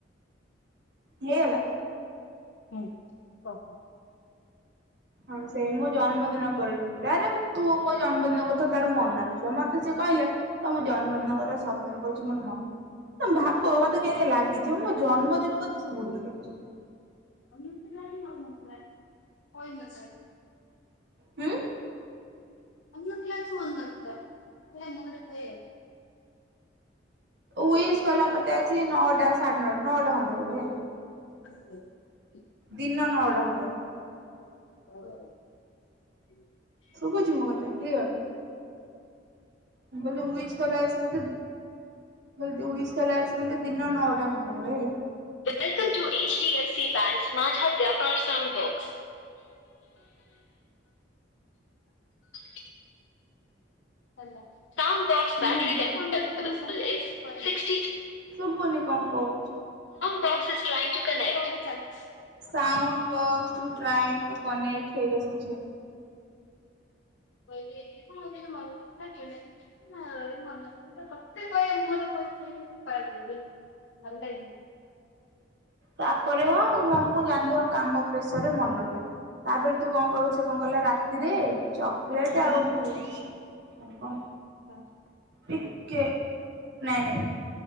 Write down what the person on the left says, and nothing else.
ହୁଁ। କ।
ହଁ।
<inaudible>
ମନ୍ ନଥିଲା ଯଦି ମନ୍ ନଥିଲା <unintelligible>
<inaudible>
<inaudible>
Welcome to H D F C bank smart heart ବ୍ୟାପାର୍ sound box. <unintelligible> ହାଲୋ।
Boxes trying to connect
<unintelligible> <unintelligible>
<unintelligible>